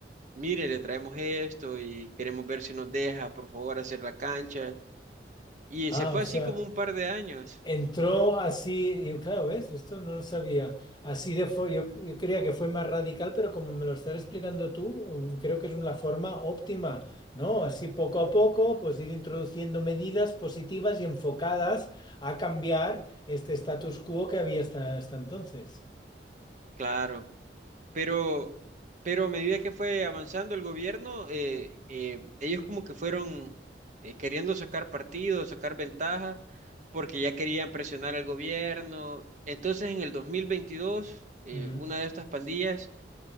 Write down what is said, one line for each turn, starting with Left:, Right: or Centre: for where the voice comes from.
Right: mire, le traemos esto y queremos ver si nos deja, por favor, hacer la cancha. Y
Left: Ah,
Right: se fue
Left: o sea.
Right: así como un par de años.
Left: Entró
Right: Ujú,
Left: así, y yo, claro, ¿ves? Esto no lo sabía. Así de fue, yo, yo creía que fue más radical, pero como me lo estás explicando tú, mm, creo que es una forma óptima, ¿no? Así poco a poco, pues ir introduciendo medidas positivas y enfocadas a cambiar este status quo que había hasta, hasta entonces.
Right: claro. Pero, pero a medida que fue avanzando el gobierno, eh, eh, ellos como que fueron eh, queriendo sacar partido, sacar ventaja, porque ya querían presionar al gobierno. Entonces, en el 2022, eh,
Left: Ujú.
Right: una de estas pandillas